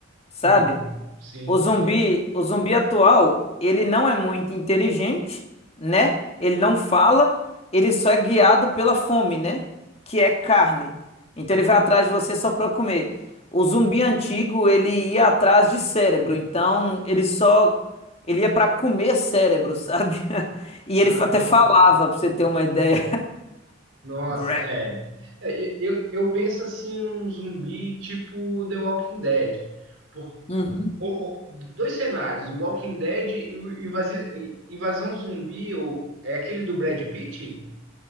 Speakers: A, on the left; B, on the right.
A: sabe?
B: Uhum. Sim.
A: O zumbi, o zumbi atual, ele não é muito inteligente, né? Ele não fala, ele só é guiado pela fome, né? Que é carne. Então ele vai atrás de você só para comer. O zumbi antigo, ele ia atrás de cérebro, então ele só ele ia para comer cérebro, sabe? <laughs> E
B: Uhum.
A: ele fa- até falava, pra você ter uma ideia.
B: Nossa,
A: <laughs> Brain.
B: é. É, eu, eu penso assim num zumbi tipo The Walking Dead. Por,
A: Uhum.
B: o- o- dois cenários, o Walking Dead e o invasi, Invasão Zumbi, ou é aquele do Brad Pitt?